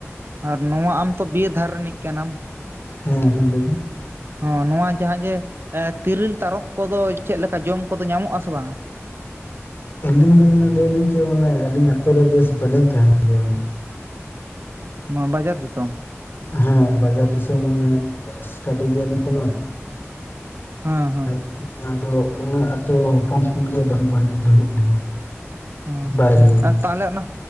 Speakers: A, on the right (about 50°); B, on the left (about 45°).
A: ᱟᱨ ᱱᱚᱣᱟ ᱟᱢ ᱛᱚ ᱵᱤᱨ ᱫᱷᱟᱨ ᱨᱤᱱᱤᱡ ᱠᱟᱱᱟᱢ?
B: ᱦᱮᱸ ᱦᱮᱸ ᱞᱟᱹᱭ ‌ᱵᱤᱱ᱾
A: ᱦᱚᱸ ᱱᱚᱣᱟ ᱡᱟᱦᱟᱸ ᱡᱮ ᱮ ᱛᱤᱨᱤᱞ ᱛᱟᱨᱚᱵ ᱠᱚᱫᱚ ᱪᱮᱜ ᱞᱮᱠᱟ ᱡᱚᱢ ᱠᱚᱫᱚ ᱧᱟᱢᱚᱜ- ᱟ ᱥᱮ ᱵᱟᱝᱟ?
B: ᱟᱹᱞᱤᱧ ᱫᱚ ᱢᱟᱱᱮ ᱞᱟᱹᱭ ᱞᱤᱧ ᱪᱮᱜ ᱢᱚᱱᱮ ᱟᱹᱞᱤᱧ ᱟᱛᱳ ᱨᱮ ᱵᱮᱥ ᱵᱟᱹᱞᱤᱧ ᱛᱟᱦᱮᱸᱱ ᱜᱮᱭᱟ ᱩᱱᱟᱹᱜ ᱾
A: ᱢᱟ ᱵᱟᱡᱟᱨ ᱫᱤᱥᱚᱢ᱾
B: ᱦᱮᱸ ᱵᱟᱡᱟᱨ ᱫᱤᱥᱚᱢ ᱢᱟᱱᱮ ᱮᱥᱴᱮᱰᱤᱭ ᱜᱮᱭᱟ ᱞᱤᱧ ᱮᱠᱷᱚᱱᱚ
A: ᱦᱮᱸ ᱦᱮᱸ
B: ᱟᱪᱷ ᱟᱫᱚ ᱩᱱᱟᱹᱜ ᱟᱛᱚ ᱦᱚᱯᱚᱱ ᱠᱷᱚᱱ ᱜᱮ ᱵᱟᱱ ᱵᱟᱱᱩ ᱵᱟᱱᱩᱜ ᱞᱤᱧᱟ᱾
A: ᱚ
B: ᱵᱟᱭᱨᱮ ᱨᱮᱜᱮ
A: ᱟᱨ ᱛᱟᱦᱚᱞᱮ ᱚᱱᱟ